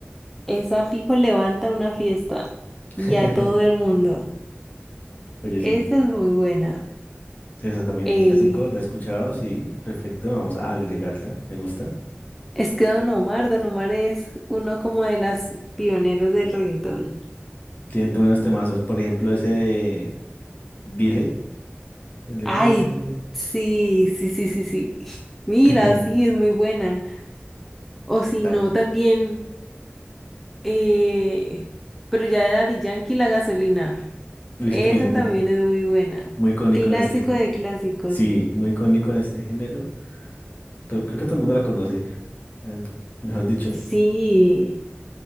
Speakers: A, in the centre; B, on the left.
A: Esa fijo levanta una fiesta
B: <laughs>
A: y a todo el mundo.
B: Oye, sí.
A: Esa es muy buena.
B: Esa también
A: Eh,
B: un clásico, la he escuchado, sí, perfecto, vamos a agregarla, me gusta.
A: es que Don Omar, Don Omar es uno como de las pioneros del reggaetón.
B: Tiene buenos temazos, por ejemplo, ese de Dile, El de
A: Ay,
B: cuéntale.
A: sí, sí, sí, sí, sí. <laughs> Mira,
B: <laughs>
A: sí, es muy buena. O si
B: Exacto.
A: no, también, eh, pero ya de Daddy Yankee, La Gasolina.
B: Luis
A: Esa
B: también
A: también es muy buena.
B: muy icónico
A: Clásico
B: en este. en-
A: de
B: eh,
A: clásicos.
B: sí, muy icónico en este género. To- Creo que todo el mundo la conoce. eh, Mejor dicho,
A: Sí.